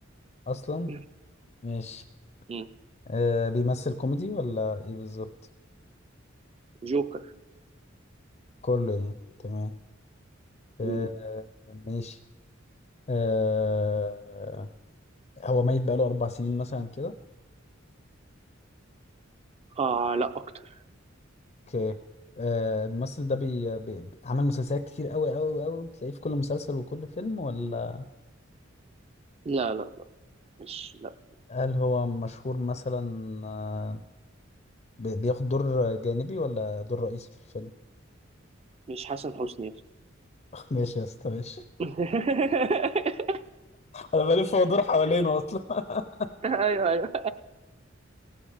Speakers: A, on the left; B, on the right.
A: اصلا
B: <laughs>
A: ماشي
B: مم.
A: آه بيمثل كوميدي ولا ايه بالظبط
B: جوكر
A: كله يعني تمام آه
B: مم.
A: ماشي آه هو ميت بقاله اربع سنين مثلا كده
B: اه لا اكتر
A: اوكي آه الممثل ده بي... بي... عمل مسلسلات كتير قوي قوي قوي وتلاقيه في كل مسلسل وكل فيلم ولا
B: لا لا لا مش لا
A: هل هو مشهور مثلا آه بي- بياخد دور جانبي ولا دور رئيسي في الفيلم
B: مش حسن حسني يا اسطى.
A: ماشي يا اسطى ماشي
B: <laughs>
A: انا بلف وادور حوالينه اصلا <laughs>
B: ايوه ايوه